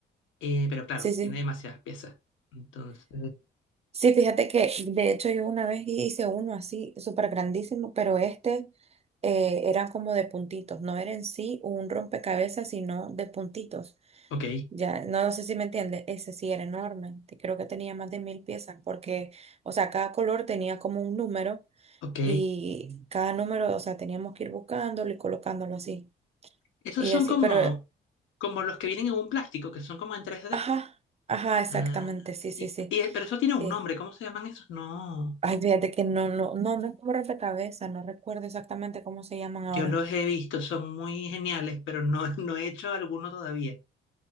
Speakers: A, on the left; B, on the right.
A: Eh, pero claro,
B: Sí, sí.
A: tiene demasiadas piezas. Entonces,
B: Sí, fíjate que de hecho yo una vez hice uno así, súper grandísimo, pero este eh, era como de puntitos, no era en sí un rompecabezas, sino de puntitos.
A: ok,
B: Ya, no no sé si me entiende. ese sí era enorme, te- creo que tenía más de mil piezas, porque, o sea, cada color tenía como un número
A: ok.
B: y cada número, o sea, teníamos que ir buscándolo y colocándolo así.
A: Esos
B: Y
A: son
B: así,
A: como,
B: pero, eh,
A: como los que vienen en un plástico, que son como en tres d
B: ajá, ajá, exactamente,
A: Ah,
B: sí, sí,
A: y-
B: sí,
A: y- pero eso tiene
B: sí.
A: un nombre, ¿cómo se llaman esos? No,
B: Ay, fíjate que no, no, no, no es como rompecabezas, no recuerdo exactamente cómo se llaman
A: yo
B: ahora.
A: los he visto, son muy geniales, pero no, <laughs> no he hecho alguno todavía.